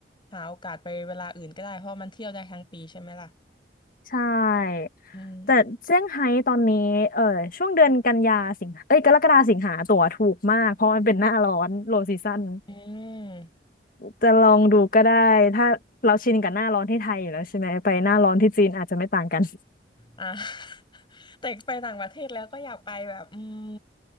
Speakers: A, on the left (about 25°); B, on the left (about 50°).
A: หาโอกาสไปเวลาอื่นก็ได้เพราะมันเที่ยวได้ทั้งปีใช่ไหมล่ะ
B: ใช่
A: อืม
B: แต่เซี่ยงไฮ้ตอนนี้เออช่วงเดือนกันยาสิงหาเอ้ยกรกฎาสิงหาตั๋วถูกมากเพราะมันเป็นหน้าร้อนโลซีซั่น
A: อืม
B: จะลองดูก็ได้ถ้าเราชินกับหน้าร้อนที่ไทยอยู่แล้วใช่ไหมไปหน้าร้อนที่จีนอาจจะไม่ต่างกัน
A: อ่ะ <laughs> แต่ไปต่างประเทศแล้วก็อยากไปแบบอืม